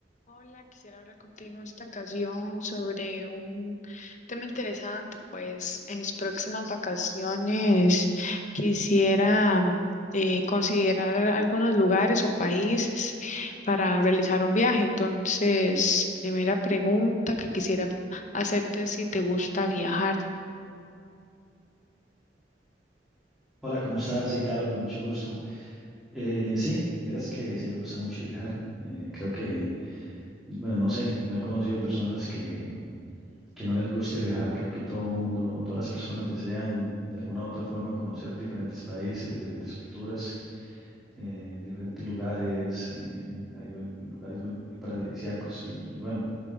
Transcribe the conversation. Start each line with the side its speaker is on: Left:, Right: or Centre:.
Left: Hola, quisiera hablar contigo en esta ocasión sobre un tema interesante. Pues en mis próximas vacaciones quisiera mm, eh, considerar algunos lugares o países para realizar un viaje. Entonces, primera pregunta que quisiera hacerte es si te gusta viajar.
Centre: Hola, ¿cómo estás? Sí, claro, con mucho gusto. Eh, en sí, vieras que sí me gusta mucho viajar. Eh, creo que, bueno, no sé, no he conocido personas que, que no les guste viajar. Creo que todo mundo o todas las personas desean de alguna u otra forma conocer diferentes países, diferentes culturas, eh, diferentes lugares. eh, hay eh, lugares muy, muy paradisíacos y, y bueno.